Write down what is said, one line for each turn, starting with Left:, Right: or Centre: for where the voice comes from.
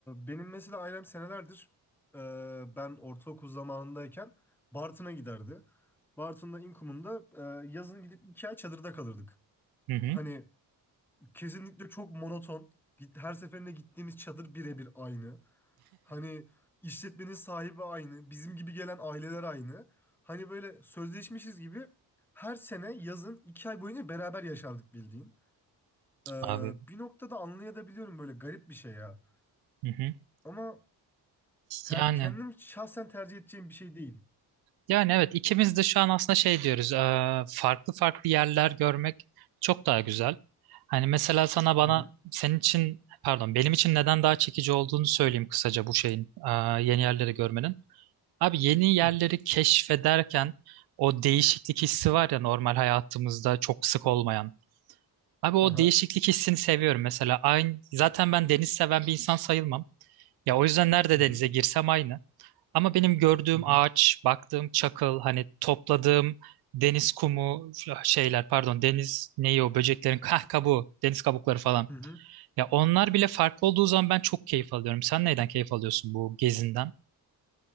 Centre: benim mesela ailem senelerdir e, ben ortaokul zamanındayken Bartın'a giderdi. Bartın'da İnkum'unda e, yazın gidip iki ay çadırda kalırdık.
Right: Hı hı.
Centre: Hani Kesinlikle çok monoton. Git- Her seferinde gittiğimiz çadır birebir aynı. Hani işletmenin sahibi aynı. Bizim gibi gelen aileler aynı. Hani böyle sözleşmişiz gibi her sene yazın iki ay boyunca beraber yaşardık bildiğin. Ee,
Right: Abi.
Centre: bir noktada anlayabiliyorum böyle garip bir şey ya.
Right: Hı hı.
Centre: Ama ter,
Right: Yani
Centre: kendim şahsen tercih edeceğim bir şey değil.
Right: yani evet ikimiz de şu an aslında şey diyoruz. eee, farklı farklı yerler görmek çok daha güzel. Hani mesela sana bana
Centre: Hı hı.
Right: senin için pardon benim için neden daha çekici olduğunu söyleyeyim kısaca bu şeyin eee, yeni yerleri görmenin. Abi yeni yerleri
Centre: Hı.
Right: keşfederken o değişiklik hissi var ya normal hayatımızda çok sık olmayan. Abi o
Centre: Aha.
Right: değişiklik hissini seviyorum mesela. Aynı, zaten ben deniz seven bir insan sayılmam. Ya o yüzden nerede
Centre: Hı hı.
Right: denize girsem aynı. Ama benim gördüğüm
Centre: Hı hı.
Right: ağaç, baktığım çakıl, hani topladığım deniz kumu şeyler pardon deniz neyi o böceklerin kah kabuğu, deniz kabukları falan.
Centre: Hı hı.
Right: Ya onlar bile farklı olduğu zaman ben çok keyif alıyorum. Sen neyden keyif alıyorsun bu gezinden?